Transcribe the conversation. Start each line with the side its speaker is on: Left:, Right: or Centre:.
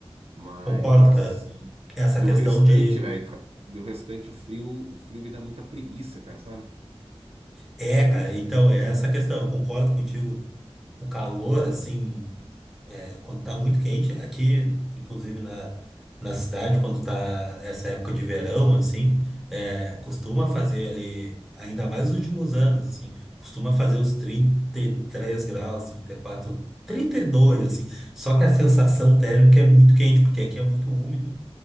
Right: Mas
Centre: Concordo, cara. Essa
Right: do
Centre: questão
Right: restante,
Centre: de.
Right: velho, ca- do restante o frio, o frio me dá muita preguiça, cara, sabe?
Centre: É, cara, então é essa questão. Eu concordo contigo. O calor, assim. É, quando tá muito quente, aqui, inclusive na, na cidade, quando tá essa época de verão, assim, é, costuma fazer ali, ainda mais nos últimos anos, assim, costuma fazer os 33 graus, 34, dois assim. Só que a sensação térmica é muito quente, porque aqui é muito úmido.